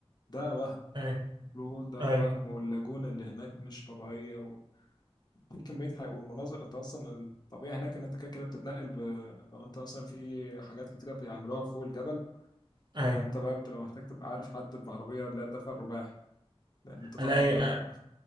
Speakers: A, on the left; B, on the right.
A: ده وهم
B: ايوه
A: البلو هول ده
B: ايوه
A: وهم واللاجون اللي هناك مش طبيعية و... في كمية حاجة والمناظر أنت أصلا الطبيعي هناك إن أنت كده كده بتتنقل ب... لو أنت مثلا في حاجات كتيرة بيعملوها فوق الجبل
B: ايوه
A: فأنت بقى بتبقى محتاج تبقى عارف حد بعربية اللي هي الدفع الرباعي لأن أنت طبعا
B: انا اي
A: ما